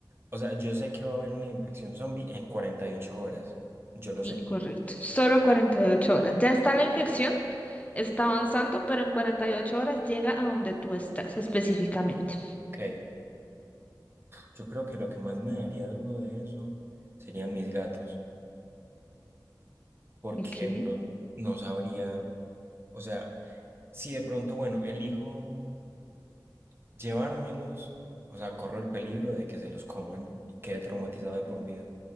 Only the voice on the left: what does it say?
Sí,
correcto. Solo 48 horas. Ya está la infección, está avanzando, pero en 48 horas llega a donde tú estás específicamente.
Ok.